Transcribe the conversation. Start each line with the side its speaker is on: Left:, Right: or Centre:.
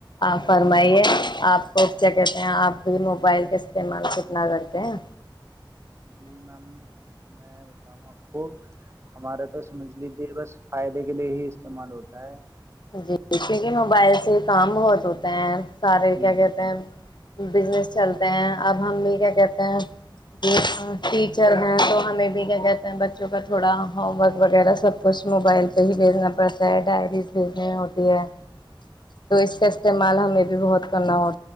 Left: آاں
Right: تو
Left: فرمائیے آپ کو کیا کہتے ہیں آپ بھی موبائل کا استعمال کتنا کرتے ہیں
Right: جی میم میں بتاؤں آپ کو ہمارا تو سمجھ لیجیے بس فائدے کے لیے ہی استعمال ہوتا ہے
Left: جی کیونکہ موبائل سے کام بہت ہوتا ہیں سارے
Right: جی
Left: کیا کہتے
Right: جی
Left: ہیں بزنس چلتا ہیں اب ہم بھی کیا کہتے ہیں جی ٹیچر ہیں تو ہمیں بھی کیا کہتے ہیں بچوں کا تھوڑا ہوم ورک وغیرہ سب کچھ موبائل پہ ہی بھیجنا پڑتا ہے ڈائریز ہوتی ہے تو اس کا استعمال ہمیں بھی بہت کرنا ہو